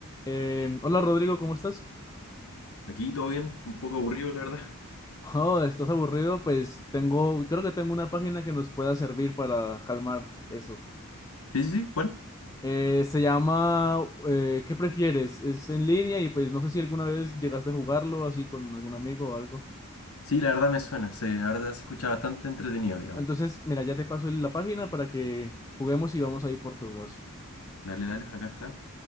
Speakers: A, on the left (about 15°); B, on the left (about 70°).
A: Eh, hola Rodrigo, ¿cómo estás?
B: Aquí todo bien, un poco aburrido, la verdad.
A: Oh, ¿estás aburrido? Pues tengo, creo que tengo una página que nos pueda servir para calmar eso.
B: Sí, sí, sí, ¿cuál?
A: Eh, se llama eh, ¿Qué prefieres? Es en línea y pues no sé si alguna vez llegaste a jugarlo así con algún amigo o algo.
B: Sí, la verdad me suena, se, la verdad se escucha bastante entretenido, digamos.
A: Entonces, mira, ya te paso la página para que juguemos y vamos ahí por turnos.
B: Dale, dale, acá está.